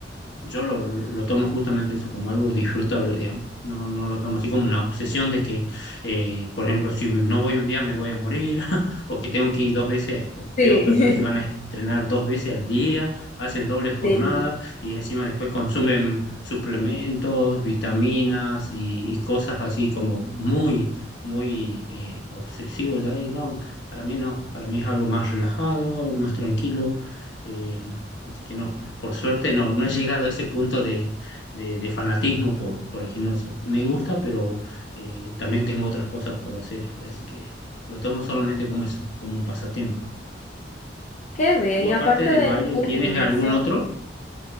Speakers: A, on the left (about 75°); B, on the left (about 45°).
A: yo lo, lo tomo justamente eso como algo disfrutable, digamos. No, no lo tomo así como una obsesión de que, eh, por ejemplo, si no voy un día me voy a morir, <laughs> o que tengo que ir dos veces. Veo
B: Sí,
A: personas que van a entrenar dos veces al día, hacen doble jornada
B: <laughs> sí.
A: y encima después consumen suplementos, vitaminas y, y cosas así como muy, muy eh, obsesivos ahí. No, para mí no, para mí es algo más relajado, algo más tranquilo. eh, Así que no, por suerte no, no he llegado a ese punto de, de- de fanatismo por, por el gimnasio. Me gusta, pero eh, también tengo otras cosas por hacer, así que lo tomo solamente como eso, como un pasatiempo.
B: Qué bien,
A: ¿Tú
B: y
A: aparte
B: aparte
A: del
B: de
A: baile
B: ir al
A: tienes
B: gimnasio.
A: algún otro?